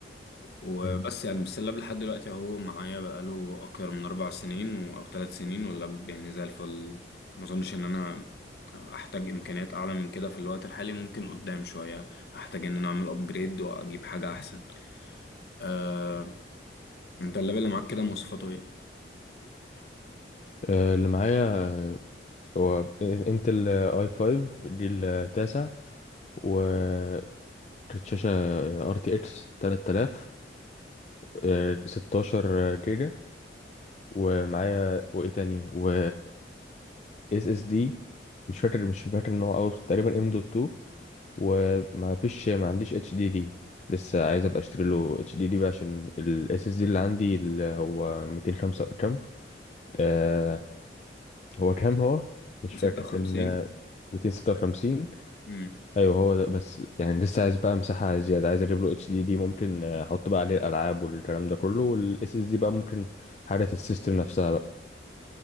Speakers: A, on the left; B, on the left.
A: وبس
B: مم.
A: يعني بالسلاب لحد دلوقتي اهو معايا بقاله اكتر من اربع سنين و- او ثلاث سنين واللاب يعني زي الفل ما اظنش ان انا احتاج امكانيات اعلى من كده في الوقت الحالي ممكن قدام شوية احتاج ان انا اعمل ابجريد واجيب حاجة احسن أه... انت اللاب اللي معاك كده مواصفاته ايه؟
B: آه، اللي معايا آه، هو انتل اي 5 جيل تاسع وكانت شاشة ار تي اكس 3000 آه، 16 جيجا ومعايا وايه تاني و اس اس دي مش فاكر مش فاكر ان هو اوي بس تقريبا ام دوت 2 وما فيش ما عنديش اتش دي دي لسه عايز ابقى اشتري له اتش دي دي بقى عشان الاس اس دي اللي عندي اللي هو 205 كام آه هو كام هو مش
A: 56
B: فاكر كان 256
A: امم
B: ايوه هو ده بس يعني لسه عايز بقى مساحه زياده عايز اجيب له اتش دي دي ممكن آه، احط بقى عليه الالعاب والكلام ده كله والاس اس دي بقى ممكن حاله السيستم نفسها بقى